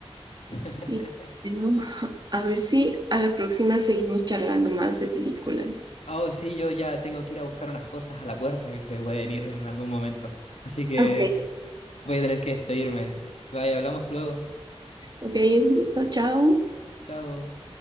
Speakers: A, on the left; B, on the right.
A: <laughs>
B: Y bueno, <laughs> a ver si a la próxima seguimos charlando más de películas.
A: Oh, sí, yo ya tengo que ir a buscar unas cosas a la puerta que se pueden ir en algún momento. Así que
B: Ok,
A: voy a tener que despedirme. Bye, hablamos luego.
B: ok, un gusto, chao.
A: Chao.